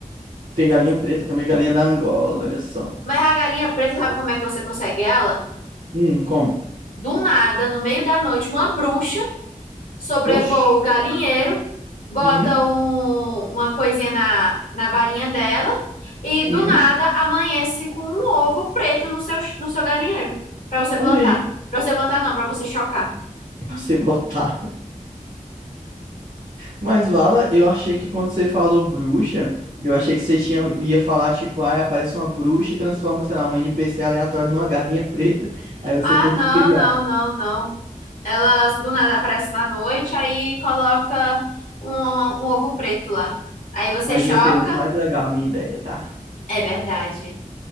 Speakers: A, on the right (about 85°); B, on the left (about 75°).
A: Tem galinha preta também, galinha da Angola, olha só.
B: Mas a galinha preta, sabe como é que você consegue ela?
A: Hum, come.
B: Do nada, no meio da noite, uma bruxa sobrevoa
A: Oxi.
B: o galinheiro, bota
A: Hum,
B: um- uma coisinha na, na varinha dela e do
A: hum.
B: nada amanhece com um ovo preto no seu, no seu galinheiro para você
A: Olha
B: plantar.
A: aí,
B: Para você plantar, não, para você chocar.
A: <laughs> pra você botar. Mas, Vala, eu achei que quando você falou bruxa, eu achei que você tinha, ia falar, tipo, ah, aparece uma bruxa e transforma, sei lá, um NPC aleatório numa galinha preta. Aí você
B: Ah,
A: tem
B: não,
A: que criar.
B: não, não, não. Ela do nada aparece na noite, aí coloca um, um ovo preto lá. Aí você
A: Mas
B: choca.
A: ia ser muito mais legal a minha ideia, tá?
B: É verdade.